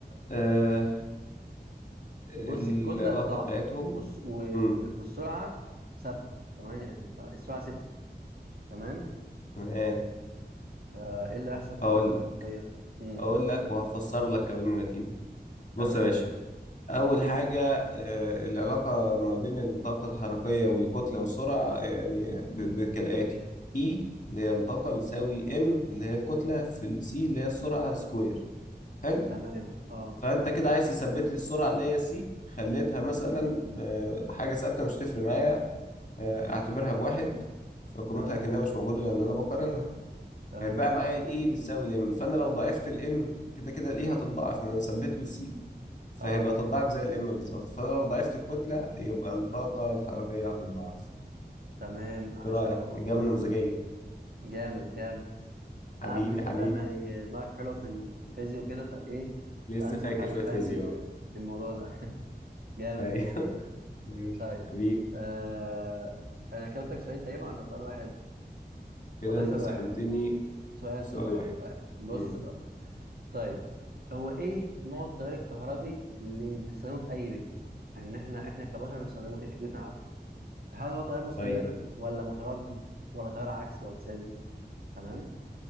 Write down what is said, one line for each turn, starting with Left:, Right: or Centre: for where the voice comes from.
Left: آه العلاقة
Right: بص الكتله اتضاعفت
Left: بتاعتهم
Right: والس- و-
Left: امم
Right: و- والسرعه ثابته تمام يعني ط- السرعه ثابته تمام
Left: تمام
Right: فايه اللي هيحصل في
Left: هقول
Right: الطاقه الاحتياطيه
Left: لك
Right: امم
Left: هقول لك وهفسر لك كمان النتيجة بص
Right: تمام
Left: يا باشا أول حاجة
Right: مم.
Left: آه العلاقة ما بين الطاقة الحركية والكتلة والسرعة يعني ب- ب- كالآتي E اللي هي الطاقة بتساوي M اللي هي الكتلة في السي اللي هي السرعة سكوير حلو
Right: تمام اه
Left: فانت كده عايز تثبت لي السرعه اللي هي سي خليتها مثلا آه، حاجه ثابته مش تفرق معايا آه، اعتبرها بواحد فقيمتها
Right: تمام
Left: كانها مش موجوده لان انا بقارنها
Right: تمام
Left: هيبقى معايا الاي بتساوي الام فانا لو ضعفت الام كده كده الاي هتتضاعف ما انا مثبت له سي فهيبقى
Right: اه
Left: تتضاعف زي الام بالظبط فانا لو ضعفت الكتله يبقى الطاقه الحركيه هتتضاعف
Right: تمام عاش
Left: ايه رايك
Right: قوي مظبوط
Left: اجابه نموذجيه
Right: جامد جامد
Left: حبيبي
Right: انا عارف ان انت
Left: حبيبي
Right: فاهم يعني دماغك حلو في الفيزياء وكده فايه
Left: لسه
Right: فانسب
Left: فاكر
Right: حد
Left: شويه
Right: فاهم
Left: فيزياء
Right: لل-
Left: اهو
Right: للموضوع ده <laughs> جامد
Left: ايوه
Right: بجد
Left: <laughs> ماشي
Right: طيب
Left: حبيبي
Right: آه انا كده قلت لك سؤالين تقريبا ولا سؤال واحد؟
Left: كده
Right: قلت لك
Left: انت
Right: سؤال
Left: سالتني
Right: واحد سؤال
Left: سؤال
Right: سؤال واحد
Left: واحد
Right: طيب بص
Left: مم.
Right: بقى طيب هو ايه نوع التيار الكهربي اللي بنستخدمه في اي بيت ان احنا احنا كبشر بنستخدمه ايه في بيوتنا العاديه هل هو تيار مستمر
Left: طيب
Right: ولا متردد ولا تيار عكسي ولا ثابت تمام